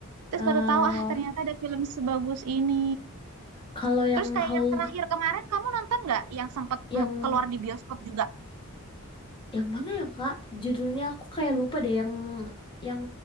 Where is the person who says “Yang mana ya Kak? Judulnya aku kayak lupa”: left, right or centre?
Left